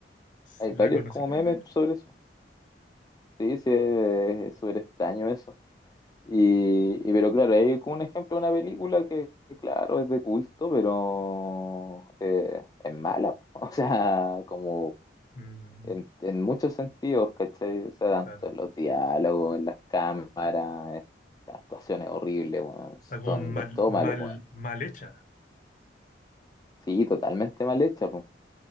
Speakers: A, on the left; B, on the left.
A: hay
B: la
A: varios
B: conocí
A: como
B: por
A: memes
B: meme.
A: sobre eso. Sí, sí, eh, es súper extraño eso. Y, y pero claro, hay como un ejemplo de una película que, que claro, es de culto, pero eh, es mala. po. <laughs> O sea, como
B: Mm,
A: en, en muchos sentidos, ¿cachai? O sea, tanto
B: claro,
A: en los diálogos, en las cámaras, eh, las actuaciones horribles, weón. Son,
B: está como mal,
A: es todo
B: mal,
A: malo, weón.
B: mal hecha.
A: Sí, totalmente mal hecha, po.